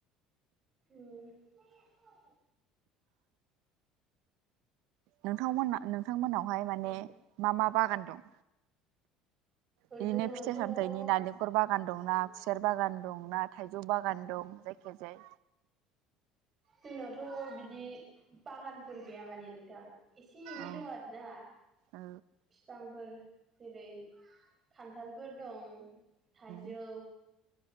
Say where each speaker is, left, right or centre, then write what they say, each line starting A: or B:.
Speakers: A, on the right; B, on the right.
A: उम आरो
B: नोंथांमोन नोंथांमोनावहाय माने मा मा बागान दं? बिदिनो
A: जोंनावथ'
B: फिथाइ
A: उम
B: सामथायनि नालेंखर बागान दं ना खुसेर बागान दं ना थाइजौ बागान दं जायखिजाया
A: जोंनावथ' बिदि बागानफोर गैया माने नोंथां एसे एनै
B: औ
A: दं आरोना
B: औ
A: बिफांफोर जेरै खान्थालफोर दं थाइजौ,
B: औ